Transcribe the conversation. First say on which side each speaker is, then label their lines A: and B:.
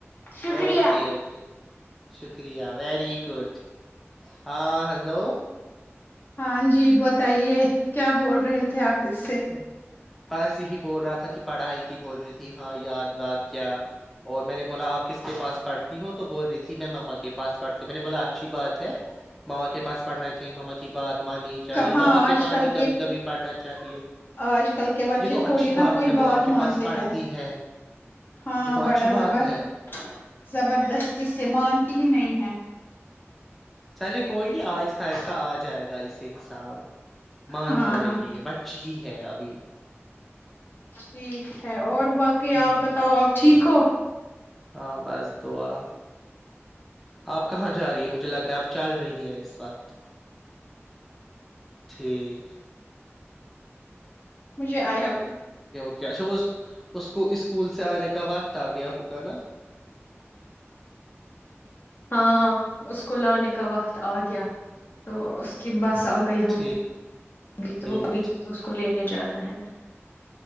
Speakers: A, on the left; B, in the centre.
A: شکریہ
B: اوکے اوکے شکریہ ویری گڈ ہاں ہلو
A: ہاں جی بتائیے کیا بول رہے تھے آپ اس سے
B: ہ بس یہی بول رہا تھا کہ پڑھائی کی بول رہی تھی ہاں یاد بات کیا اور میں نے بولا آپ کس کے پاس پڑ ت ہوں تو بول رہی تھی میں ماما کے پاس پڑھتی ہ میں نے بولا اچھی بات ہے ماما کے پاس پڑھنا چاہیے ماما کی بات مانی چاہیے
A: کہاں
B: بابا
A: آج
B: کے پاس
A: کل
B: بھی کبھی کبھی پڑھنا چاہیے
A: آج کل کے بچے
B: یہ تو
A: تھوڑی
B: اچھی
A: نہا کوئی
B: ہے
A: بات
B: وہ آپ کے
A: مانتے
B: پاس پڑھتی
A: ہیں
B: ہے
A: ہاں
B: یہ تو اچھی
A: بڑا
B: بات
A: زبر
B: ہے
A: زبردستی سے مانتی ہی نہیں ہے
B: چلے کوئی نہیں آہستہ آہستہ آ جائے گا گ اسی حساب مان
A: ہاں
B: جائے
A: ہاں
B: گی یہ بچ ہی ہے ابھی
A: ٹھیک ہے اور باقی
B: ہوں
A: آپ بتاؤ آپ ٹھیک ہو
B: ہاں بس دا آپ کہاں جا رہی مجھے لگ رہا ہے آپ چل رہی ہے اس وقت ٹھیک
A: مجھے آئی
B: اچھاوز اس کو اسکول سے آنے کا وقت آ گیا ہوگا نا
A: ہاں اس کو لانے کا وقت آ گیا تو اس کی بس س گئی ہو
B: ٹھیک
A: گیتوں
B: ٹھیک،
A: اوری گیت اس کو لینے جانا ہے